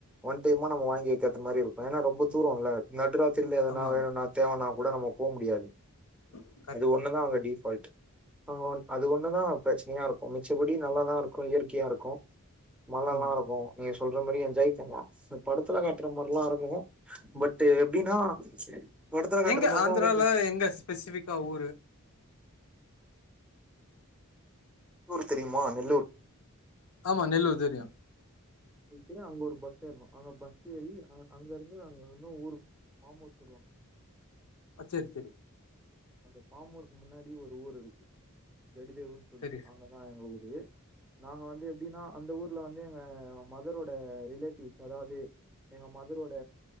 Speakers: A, in the centre; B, on the left.
A: ஒன் டைமா நம்ம வாங்கி வெக்கற்த்து மாரி இருக்கு ஏனா ரொம்ப தூரோ இல்ல நடுராத்திரில எதனா
B: ஆமா
A: வேணுனா தேவைனா கூட நம்ம போ முடியாது
B: ஹ
A: அது ஒன்னு தா அங்க டிஃபால்ட் ஆ அது ஒன்னு தா பிரச்சனையா இருக்கு மிச்சப்படி நல்லாதா இருக்கு இயற்கையா இருக்கு மலல்லா
B: ஆமா
A: இருக்கு நீங்க சொல்ற மாரி என்ஜாய் பண்லா சோ படத்துல காட்ற மாரிலா இருக்கு பட் டு எப்டினா படத்துல காட்ற
B: எங்க
A: மாரிதா
B: ஆந்திரால
A: வரைக்கு
B: எங்க ஸ்பெசிஃபிக்கா ஊரு
A: ல்லூர் தெரியுமா நெல்லூர்
B: ஆமா நெல்லூர் தெரியு
A: <inaudible> அங்கொரு பஸ் ஏற்ணு அங்க பஸ் ஏறி ஆனா அங்கர்ந்து அங்க இன்னு ஊரு பாமூர் சொல்லுவாங்
B: அ சேரி சேரி
A: அந்த பாமூருக்கு முன்னாடி ஒரு ஊர் இருக்கு ஜெடிதேயூர்ன் சொல்ட்டு
B: சரி
A: அங்கதா எங்க ஊரு நாங்க வந்து எப்டினா அந்த ஊர்ல வந்து எங்க மதரோட ரிலேட்டிவ்ஸ் அதாவ்து எங்க மதரோட